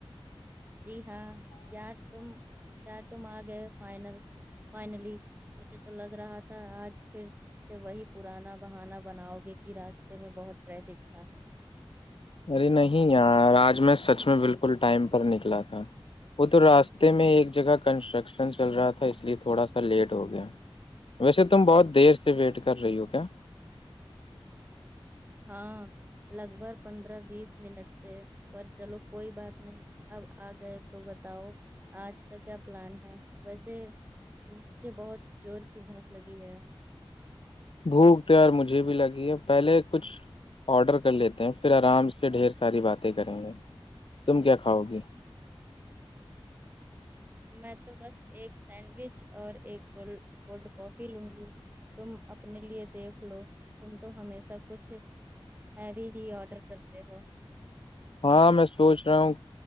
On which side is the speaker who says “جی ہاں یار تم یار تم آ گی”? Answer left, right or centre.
Right